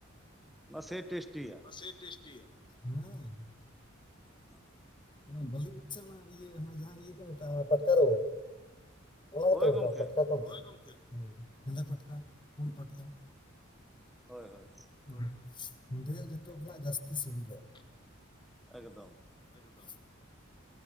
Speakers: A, in the centre; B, on the left.
A: ᱥᱮᱭ ᱴᱮᱥᱴᱤ,
B: ᱥᱮ ᱴᱮᱥᱴᱤᱭᱟ ᱦᱩᱸ ᱾
A: <unintelligible>
B: ᱚᱱᱟ ᱵᱟᱹᱞᱤ ᱩᱪᱮ ᱚᱱᱟ ᱤᱭᱟᱹ ᱚᱱᱟ ᱡᱟᱦᱟᱸ ᱤᱭᱟᱹ ᱠᱚ ᱢᱮᱛᱟᱜᱼᱟ, ᱚᱱᱟ ᱯᱟᱴᱠᱟᱨ ᱳᱰ ᱚᱱᱟ ᱜᱮᱛᱚ
A: ᱦᱳᱭ
B: ᱠᱚ ᱢᱮᱛᱟᱜ-ᱟ
A: ᱜᱚᱝᱠᱮ
B: ᱯᱟᱴᱠᱟ ᱠᱚ ᱦᱳᱭ ᱜᱚᱢᱠᱮ ᱦᱮᱸᱫᱮ ᱯᱟᱴᱠᱟ ᱯᱩᱲ ᱯᱟᱴᱠᱟ ᱾
A: ᱦᱳᱭ ᱦᱳᱭ ᱦᱳᱭ,
B: ᱦᱳᱭ ᱦᱳᱭ ᱦᱮᱸᱫᱮᱭᱟᱜ ᱡᱚᱛᱚ ᱠᱷᱚᱡ ᱡᱟᱹᱥᱛᱤ ᱥᱤᱵᱤᱞᱟ ᱾
A: ᱮᱠᱫᱚᱢ,
B: ᱮᱠᱫᱚᱢ,